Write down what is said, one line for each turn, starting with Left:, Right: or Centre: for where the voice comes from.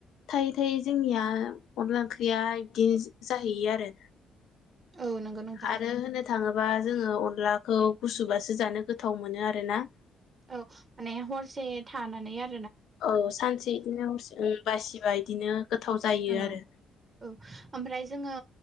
Left: थायोद--। थै जोंनिया अनला ओंख्रिया इदि जाहैयो आरो।
Right: औ नंगौ नोंथां
Left: आरो होननो थाङोबा जों। जोङो अनलाखौ गुसुबासो जानो गोथाव मोनो आरोना।
Right: औ माने हरसे थानानै आर--।
Left: औ सानसे इदिनो हरसे बासिबा इदिनो। गोथाव जायो
Right: औ
Left: आरो
Right: औ ओमफ्राय जोङो।